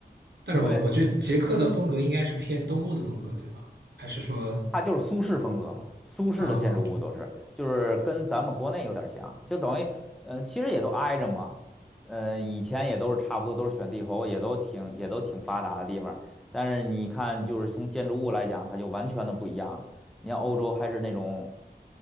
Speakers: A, on the right; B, in the centre.
A: 但是我我觉得捷克的风格应该是偏东欧的风格，
B: 对。
A: 对吧？还是说，
B: 它就是苏式风格嘛，苏式的建筑物都是，
A: 啊、
B: 就是跟咱们国内有点像，就等于，呃，其实也都挨着嘛，呃，以前也都是差不多，都是选帝侯，也都挺也都挺发达的地方，但是你看，就是从建筑物来讲，它就完全的不一样了。你像欧洲还是那种